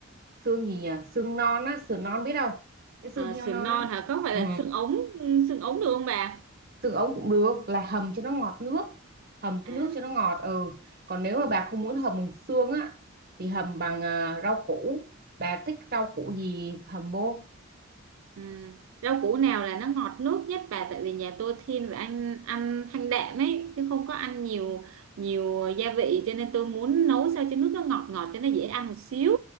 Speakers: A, on the right (about 50°); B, on the right (about 80°).
A: xương gì nhỉ xương non á sườn non biết không cái xương
B: À,
A: heo
B: sườn
A: non
B: non
A: á
B: hả? Có phải
A: ừ
B: là xương ống, xương ống được không bà?
A: tương ống cũng được là hầm cho nó ngọt nước hầm cái
B: À,
A: nước cho nó ngọt ừ còn nếu mà bà không muốn hầm bằng xương á thì hầm bằng à, rau củ bà thích rau củ gì hầm vô
B: Ừ. Rau củ nào là nó ngọt nước nhất và tại vì nhà tôi thiên về ăn ăn thanh đạm ấy chứ không có ăn nhiều nhiều gia vị cho nên tôi muốn nấu sao cho nước nó ngọt ngọt cho nó dễ ăn một xíu.